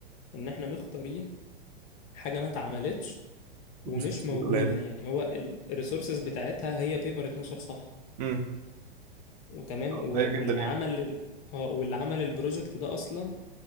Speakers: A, on the left; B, on the right.
A: ان احنا مختارين حاجه ما اتعملتش ومش
B: مش
A: موجوده
B: قليل
A: يعني هو الريسورسز بتاعتها هي بيبر 12 صفحه
B: امم
A: وتمام و-
B: قليل جدا
A: واللي
B: يعني
A: عمل ال- اه واللي عمل البروجكت ده اصلا